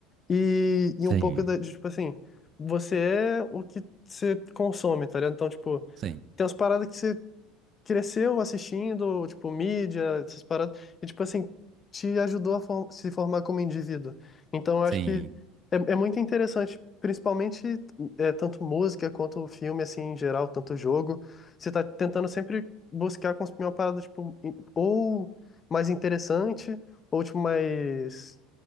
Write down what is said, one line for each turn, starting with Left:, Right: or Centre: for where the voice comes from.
Left: E, e
Right: Sim,
Left: um pouco da, de, tipo assim, você é o que você consome, tá ligado? Então, tipo,
Right: sim,
Left: tem umas paradas que você cresceu assistindo, tipo, mídia, essas paradas, e, tipo assim, te ajudou a for- se formar como indivíduo. Então, eu
Right: sim.
Left: acho que é, é muito interessante, principalmente é, tanto música quanto filme, assim, em geral, tanto jogo. Você tá tentando sempre buscar consumir uma parada, tipo, in- ou mais interessante, ou, tipo, mais.